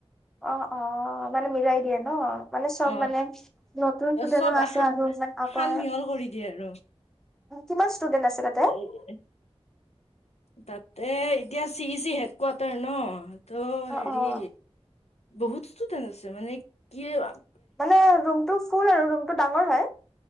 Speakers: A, in the centre; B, on the left.
A: অ' অ' মানে মিলাই দিয়ে ন মানে চ'ব
B: অ
A: মানে নতুন ষ্টুডেন্টো
B: চব
A: আছে
B: সা
A: আৰু আগৰ।
B: সান মিহল কৰি দিয়ে আৰু
A: কিমান ষ্টুডেন্ট আছে তাতে?
B: <unintelligible> তাতে এতিয়া চি চি হেড কোৱাৰ্টাৰ ন' ত'হেৰি
A: অ', অ',
B: বহুত ষ্টুডেন্ট আছে। মানে কি আহ
A: মানে ৰুমটো ফুল আৰু ৰুমতটো ডাঙৰ হয়।